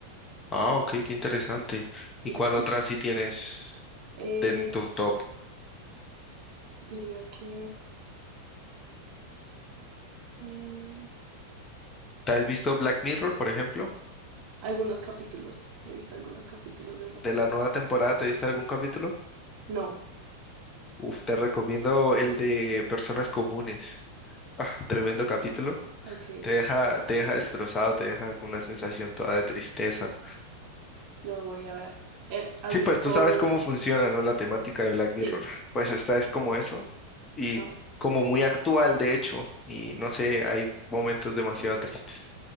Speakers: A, on the left; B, on the right.
A: Ah, ok, qué interesante.
B: sí.
A: ¿Y cuál
B: <laughs>
A: otra sí tienes
B: Eh,
A: de- en tu top?
B: diría que eh,
A: ¿Te has visto Black Mirror, por ejemplo?
B: algunos capítulos. He visto algunos capítulos de Black
A: ¿De la
B: Mirror.
A: nueva temporada te viste algún capítulo?
B: No,
A: Uf, te recomiendo el de Personas Comunes. Ah, tremendo capítulo.
B: ok,
A: Te deja, te deja destrozado, te deja con una sensación toda de tristeza.
B: lo voy a ver. Eh, ¿has
A: Sí,
B: visto?
A: pues tú sabes cómo funciona, ¿no? La temática de Black
B: Sí.
A: Mirror. Pues esta es como eso y
B: ah,
A: como muy actual, de hecho, y no sé, hay momentos demasiado tristes.